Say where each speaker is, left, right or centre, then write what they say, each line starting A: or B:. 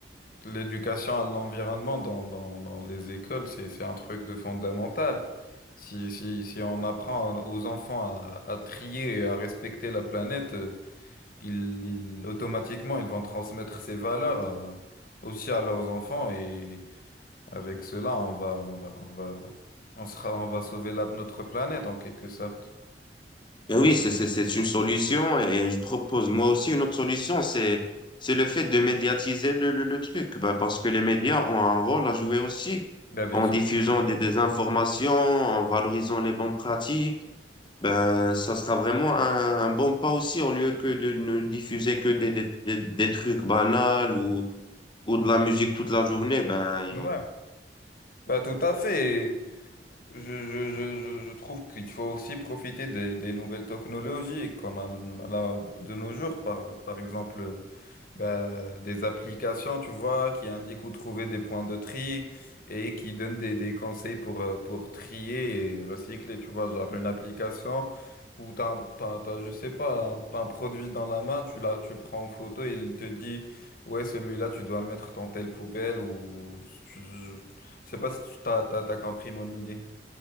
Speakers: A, on the left; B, on the left.
A: l'éducation à l'environnement dans, dans, dans les écoles, c'est c'est un truc de fondamental. Si, si, si on apprend aux enfants à, à trier et à respecter la planète, euh, ils, ils- automatiquement, ils vont transmettre ces valeurs à- aussi à leurs enfants et avec cela, on va, on va, on va, on sera, on va sauver la- notre planète en quelque sorte.
B: Ben oui, c'est c'est- c'est une solution et je propose moi aussi une autre solution, c'est c'est le fait de médiatiser le, le, le truc, Ben, parce que les médias ont un rôle à jouer aussi
A: Bah, bien
B: en
A: sûr.
B: diffusant des, des informations, en valorisant les bonnes pratiques. Ben, ça sera vraiment un, un bon pas aussi au lieu que de ne diffuser que des, des, des, des trucs banals ou, ou de la musique toute la journée. Ben,
A: Ouais. Bah, tout à fait. Et Je, je, je, je, je trouve qu'il faut aussi profiter des, des nouvelles technologies qu'on a là de nos jours, par, par exemple. Bah, des applications, tu vois, qui indiquent où trouver des points de tri et qui donnent des, des conseils pour, euh, pour trier et recycler, tu vois, genre une application où t'as, un- t'as, t'as, je sais pas, un, un produit dans la main, tu l'as, tu le prends en photo et il te dit, ouais, celui-là, tu dois le mettre dans telle poubelle ou, je, je- je sais pas si tu t'as, t'as, t'as compris mon idée.